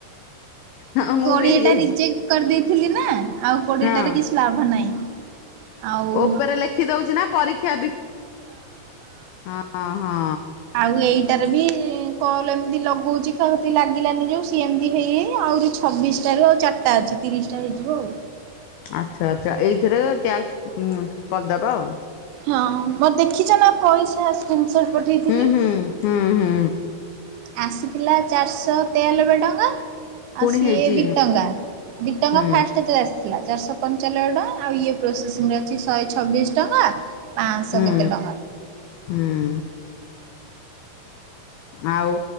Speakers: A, on the left; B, on the right.
A: ହଁ ମୁଁ
B: କୋଡିଏଟା
A: ବି ହେଇଯାଇଛି।
B: ରିଜେକ୍ଟ କରିଦେଇଥିଲି ନା ଆଉ କୋଡ଼ିଏ
A: ହଁ
B: ଟାରେ କିଛି ଲାଭ ନାହିଁ। ଆଉଁ
A: ଉପରେ ଲେଖି ଦଉଛି ନା ପରୀକ୍ଷା ଅଁ ହଁ।
B: ଆଉ ଏଇଟାରେ ବି କଲ୍ ଏମିତି ଲଗଉଛି କାହା କତିକି ଲାଗିଲାନି ଯୋଉ ସିଏ ଏମିତି ହେଇ ଆହୁରି ଛବିଶଟାରୁ ଆଉ ଚାର୍ ଟା ଅଛି ତିରିଶଟା ହେଇଯିବ ଆଉ।
A: ଆଚ୍ଛା ଆଚ୍ଛା ଏଇଥିରକ ଟ୍ୟାକ୍ସ ଉଁ କରିଦବ ଆଉ।
B: ହଁ ମୋର ଦେଖିଛ ନା ପଇସା ସ୍କ୍ରିନ୍ ସର୍ଟ ପଠେଇଥିଲି?
A: ହୁଁ ହୁଁ ହୁଁ ହୁଁ
B: ଆସିଥିଲା ଚାରିଶହ ତେୟାନବେ ଟଙ୍କା
A: ପୁଣି
B: ଆଉ ସିଏ
A: ହେଇଛି
B: ଦି ଟଙ୍କା। ଦି ଟଙ୍କା
A: ହୁଁ
B: ଫାଷ୍ଟ ଟା <unintelligible> ଆସିଥିଲା ଚାରିଶହ ପଞ୍ଚାଲବେ ଟଙ୍କା ଆଉ ଇଏ ପ୍ରୋସେସିଂ ଅଛି ଶହେ ଛବିଶ ଟଙ୍କା ପାଁସ
A: ହୁଁ
B: କେତେ ଟଙ୍କା।
A: ହୁଁ। ଆଉ